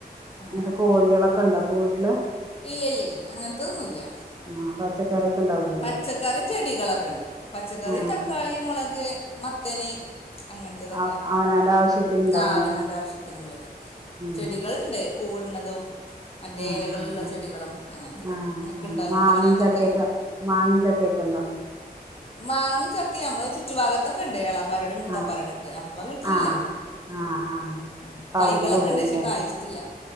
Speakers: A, on the left; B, on the right.
A: അങ്ങനെ
B: ന്ന്ട്ട് കോഴികളൊക്കെ വീട്ട്ല്.
A: ഇല്ലല്ലേ ല്ലേ അങ്ങനത്തൊന്നുല്ല.
B: ആഹ് പച്ചക്കറിയൊക്കെ ഉണ്ടാവില്ലേ.
A: പച്ചക്കറിം ചെടികളൊക്കെ ഉണ്ട്. പച്ചക്കറി
B: ആഹ്
A: തക്കാളി മൊളക്. മത്തന്. അങ്ങൻത്തതൊക്കെ,
B: ആഹ് അവനാന്റെ ആവശ്യത്തിന് ഉണ്ടാവൂലേ
A: ആ അവനന്റെ ആവശ്യത്തിനുള്ളത്,
B: ഉം
A: ചെടികൾ ഉണ്ട്. പൂവ്ട്ന്നതും, മറ്റേ
B: ആഹ്
A: എലകളുള്ള
B: ആഹ്
A: ചെടികളും അങ്ങന് ത്തതൊക്കെ.
B: ആഹ്
A: ഇങ്ങക്ക്ണ്ടോ? അങ്ങൻതെ
B: മാങ്ങിം
A: പിരാന്തൊക്കെ?
B: ചക്കയൊക്കെ ആഹ് മാങ്ങിം, ചക്കയൊക്കെ ഉണ്ടോ?
A: മാങ്ങിം, ചക്കും, നമ്മള് ചു- റ്റു ഭാഗത്തൊക്കെ ഉണ്ട്. ഏളാപ്പാരോടെയും, മൂത്താപ്പാര
B: ആഹ്
A: രോടക്കെ നമ്മള വീട്ടിലില്ല.
B: ആഹ് ആഹ് ആഹ്
A: ഉം
B: അപ്പ
A: തൈകളൊക്കണ്ട്.
B: അവിടുന്ന് കൊണ്ടുവരുല്ലേ
A: ഷെ കായിച്ചിട്ടില്ല.